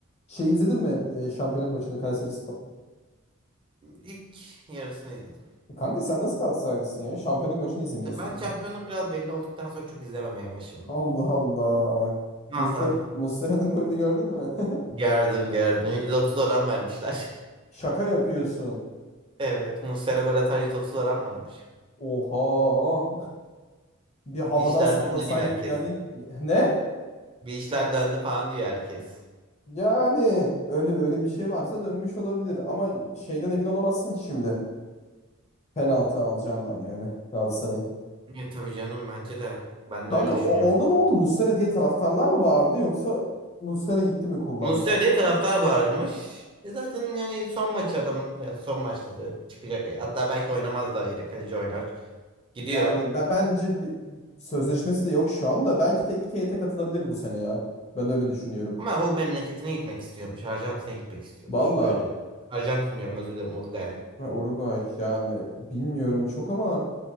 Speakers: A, on the left; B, on the right.
A: Şey izledin mi e, şampiyonluk maçını Kayseri
B: İlk yarısını izledim.
A: Kanka sen nasıl Galatasaraylısın ya? Şampiyonluk maçını izlemiyorsun.
B: İşte ben
A: yani.
B: şampiyonluk biraz belli olduktan sonra çok izlememeye başladım.
A: Allah Allah.
B: Allah.
A: Muslera, Muslera'nın golünü gördün mü? <laughs>
B: Gerdim gerdim. 130 oran vermişler. <laughs>
A: Şaka yapıyorsun.
B: Evet. Muslera gol atar 130 oran varmış.
A: Oha. Bir havadan
B: Bir işler
A: sallasaydık
B: döndü diye herkes.
A: yani. Ne?
B: Bir işler döndü falan diyor herkes.
A: Yani öyle öyle bir şey varsa dönmüş olabilir ama şeyden emin olamazsın ki şimdi penaltı alacağından yani Galatasaray'ın.
B: E tabii canım bence de. Ben
A: Kanka
B: de öyle
A: o,
B: düşünüyorum.
A: orada ne oldu? Muslera diye taraftarlar mı bağırdı yoksa Muslera gitti mi kullandı?
B: Muslera
A: Nasıl?
B: diye taraftar bağırmış. E zaten yani son maçı adamın ya son maçta da çıkacak. E, Hatta belki oynamaz daha yedek kaleci oynar. Gidiyor.
A: Yani ben bence bir sözleşmesi de yok şu anda. Belki teknik heyete katılabilir bu sene ya. Ben öyle düşünüyorum.
B: Ama o memleketine gitmek istiyormuş. Arjantin'e gitmek istiyormuş.
A: Valla
B: Öyle diyor. Arjantin diyorum özür dilerim Uruguay'a.
A: ha, Uruguay yani bilmiyorum çok ama